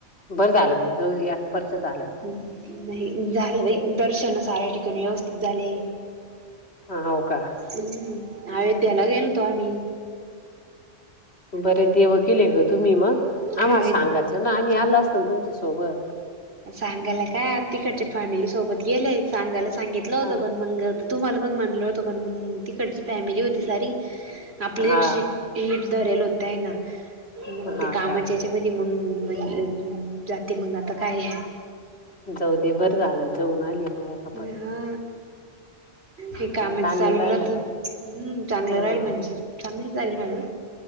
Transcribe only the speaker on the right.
नाही झालं बय दर्शन सऱ्या ठिकाणी व्यवस्थित झाले.
हम्म अयोध्येला गेलतो आम्ही.
अयोध्या
सांगायला काय तिकडच्या फॅमिली सोबत गेलंय सांगायला सांगितलं होतं
पण मंग तुम्हाला पण म्हणलं होतं पण मग तिकडची फॅमिली होती सारी आपली
एक शीट. नीट धरेल होतय ना मग
ते कामाच्या
ह्याच्यात- त्याच्यामध्ये मंग म्हणले की जाते मंग आता काय आहे.
ह
हा हे कामच
चालू
राहतं
हम्म चांगलं
राहील म्हणजे. चांगली झाली ना म्हण